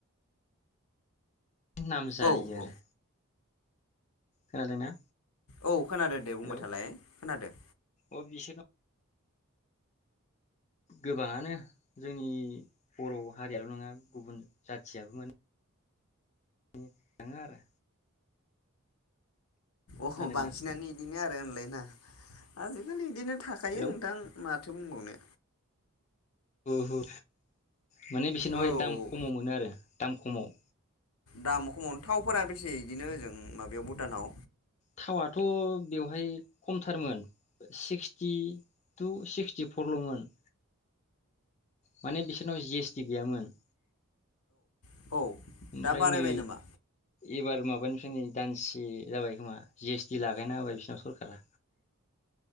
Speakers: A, on the left; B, on the left.
A: नाम जायो
B: औ औ
A: आरो। खोनादोंना?
B: औ खोनादों दे बुंबाय
A: हेलौ
B: थालाय खोनादों।
A: अ बिसोरनाव गोबाङानो जोंनि बर' हारियाल' नङा गुबुन जाथियाबो माने थाङो आरो।
B: अह
A: खोनादोंना
B: बांसिनानो इदिनो बेनो आरो होनलायना? आजिखालि बिदिनो थाखायो
A: हेलौ
B: नोंथां मा थो बुंबावनो।
A: ओ हो माने बिसोरनावहाय
B: औ
A: दाम
B: औ
A: खमाव मोनो आरो दाम खमाव।
B: दाम खमावनो थावफोरा बेसे बिदिनो ओजों माबायाव भुटानाव?
A: थावाथ' बेवहाय खमथारमोन सिक्सटि टु सिक्सटिफरलमोन माने बिसोरनाव जि एस टि गैयामोन।
B: औ
A: ओमफ्राय
B: दा बारायबाय
A: नै
B: नामा
A: एबार माबानिफ्राय नै दानसे जाबाय खोमा जि एस टि लागायना होबाय बिसोरनाव सरखारा।